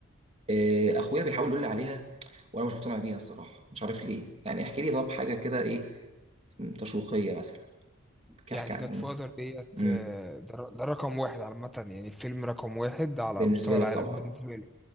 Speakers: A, on the right; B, in the centre.
A: آه، اخويا بيحاول يقول لي عليها وانا مش مقتنع بيها الصراحه مش عارف ليه يعني احكي لي طب حاجه كده ايه م، تشويقيه مثلا كان
B: يعني
A: احكي عن
B: جاد
A: ايه
B: فاذر ديت
A: امم
B: آه، ده ر- ده رقم واحد عامة يعني الفيلم رقم واحد على
A: بالنسبه
B: مستوى
A: لك
B: العالم
A: طبعا
B: بالنسبة لي